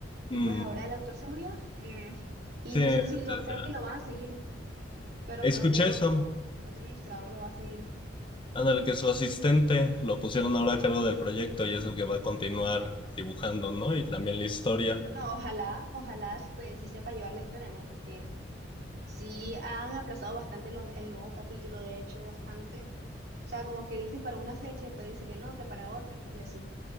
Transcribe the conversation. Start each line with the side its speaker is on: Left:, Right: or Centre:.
Right: Y
Left: Mm,
Right: pues ahora el autor se murió. mm, y
Left: Sí,
Right: no sé si lo,
Left: tercera.
Right: creo que lo van a seguir, pero
Left: Escuché
Right: creo que otro,
Left: eso,
Right: otro ilustrador lo va a seguir.
Left: en el que su asistente lo pusieron ahora a cargo del proyecto y es el que va a continuar dibujando, ¿no? Y también la historia.
Right: Bueno, ojalá, ojalá pues sí sepa llevar la historia, ¿no? Porque sí han aplazado bastante lo- el nuevo capítulo, de hecho, bastante. O sea, como que dicen para una fecha y después dicen que no, que para otra, y así.